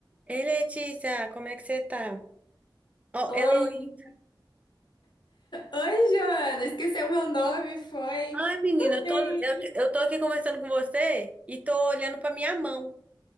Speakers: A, on the right; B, on the left.
A: Ei, Letícia, como é que você tá? Ó,
B: Oi,
A: Heloísa.
B: <laughs> oi, Joana, esqueceu meu nome, foi?
A: Ai, menina,
B: Eu tô
A: eu
B: bem.
A: tô, eu, eu tô aqui conversando com você e tô olhando pra minha mão,